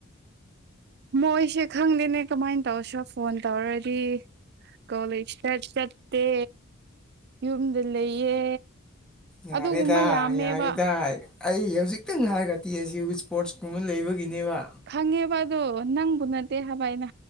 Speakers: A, on the right; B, in the centre.
A: ꯃꯣꯏꯁꯦ ꯈꯪꯗꯦꯅꯦ ꯀꯃꯥꯏꯅ ꯇꯧꯁꯨ ꯐꯣꯟ ꯇꯧꯔꯗꯤ ꯀꯣꯂꯦꯖ ꯆ ꯆꯠꯇꯦ ꯌꯨꯝꯗ ꯂꯩꯌꯦ
B: ꯌꯥꯔꯦꯗꯥ
A: ꯑꯗꯨꯒꯨꯝꯕ ꯌꯥꯝꯃꯦꯕ
B: ꯌꯥꯔꯦꯗꯥꯏ ꯑꯩ ꯍꯧꯖꯤꯛꯇꯪ ꯍꯥꯏꯔꯒꯗꯤꯤ ꯑꯁꯤ ꯋ ꯏꯁꯄꯣꯔꯠꯁ ꯀꯨꯝꯕ ꯂꯩꯕꯒꯤꯅꯦꯕ
A: ꯈꯪꯉꯦꯕ ꯑꯗꯣ ꯅꯪꯕꯨ ꯅꯠꯇꯦ ꯍꯥꯏꯕꯅ